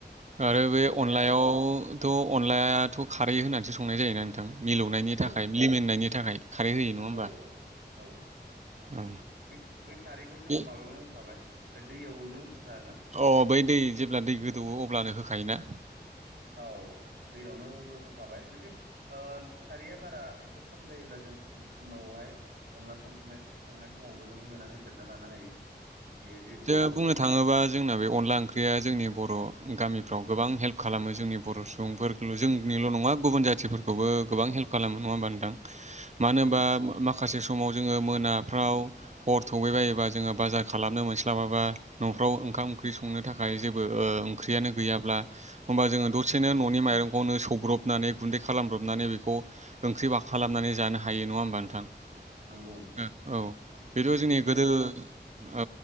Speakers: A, on the right; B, on the right.
A: आरो बे
B: अनलाया
A: अनलायावथ' अनलायाथ' खारै होननानैसो संनाय जोयो ना नोंथां मिलौनायनि थाखाय
B: औ
A: लेमेननायनि थाखाय खारै होयो नङा होमबा
B: औ औ औ
A: औ
B: बे बे खारैखौ जोङो
A: बे
B: माबायावनो होफाबाय दैयावनो होफाखागोन
A: अ बै दै जेब्ला दै गोदौवो अ अब्लानो होखायोना
B: औ दैयावनो होफाखाबाय जुदि खारैया बारा एसे खम जायोब्ला जों उनावहाय अनला संफुनाय संनाय समावबो जों होना होदेरना लानो हायो बेयो जेबो
A: जों
B: गिदिर नङा
A: बुंनो थाङोबा जोंना बे अनला ओंख्रिया जोंनि बर' गामिफ्राव गोबां हेल्प हेल्प खालामो जोंनि बर' सुबुंफोरखौल' जोंनिल' नङा गुबुन जाथिफोरखौबो गोबां हेल्प खालामो नङा होमबा नोंथां मानो होनबा
B: उम
A: <unintelligible> माखासे समाव जोङो मोना फ्राव अर थैबायोबा जोङो बाजार खालामनो मोनस्लाबाबा न'फ्राव ओंखाम ओंख्रि संनो थाखाय जेबो ओंख्रियानो गैयाब्ला होमबा जोङो दसेनो न'नि माइरंखौनो सौ संब्रबनानै गुन्दै खालामब्रबनानै बेखौ ओंख्रि खालामनानै जानो हायो नङा होमबा नोंथां
B: नंगौ नोंथां
A: ओं औ
B: नंगौ थिग
A: बेथ'
B: बेबायदिनो
A: जोंनि गोदो औ